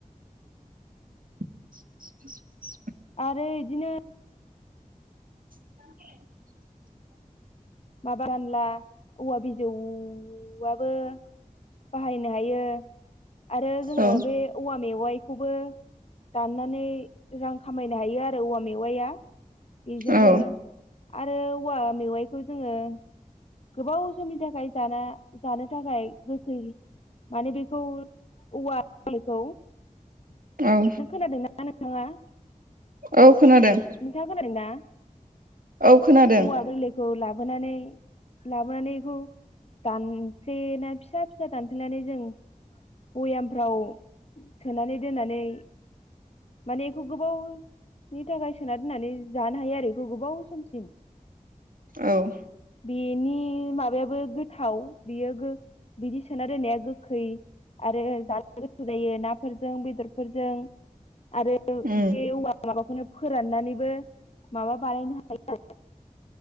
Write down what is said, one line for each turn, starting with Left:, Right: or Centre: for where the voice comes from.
Right: <inaudible>
Left: आरो बिदिनो
Right: <inaudible>
Left: माबा रानला औवा बिजौआबो बाहायनो हायो आरो जोङो
Right: औ
Left: बे औवा मेवाइ खौबो दाननानै रां खामायनो हायो आरो औवा मेवाइया बेजोंबो
Right: औ
Left: आरो औवा मेवाइखौ जोङो गोबाव समनि थाखाय जाना जानो थाखाय गोखै माने बेखौ औवा गोरलैखौ <unintelligible>
Right: औ
Left: नों खोनादोंना नोंथाङा नोंथाङा
Right: औ खोनादों
Left: खोनादोंना
Right: औ खोनादों
Left: औवा गोरलैखौ लाबोनानै लाबोनानै बेखौ दानफ्ले फिसा फिसा दानफ्लेनानै जों बयामफ्राव सोनानै दोननानै माने एखौ गोबाव नि थाखाय सोना दोननानै जानो हायो आरो बेखौ गोबाव समसिम
Right: औ
Left: बेनि माबायाबो गोथाव बेयो गो बिदि सोना दोननाया गोखै आरो जानो गोथाव जायो नाफोरजों बेदरफोरजों आरो
Right: उम
Left: बे औवा माबाखौनो फोराननानैबो माबा बानायनो हायो।